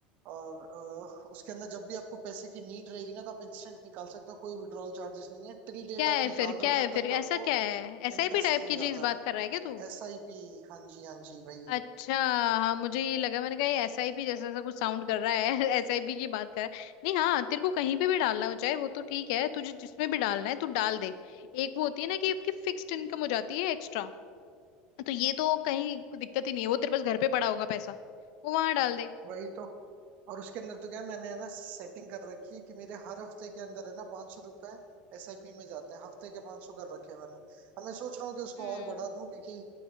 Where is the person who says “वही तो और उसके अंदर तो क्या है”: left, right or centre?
Right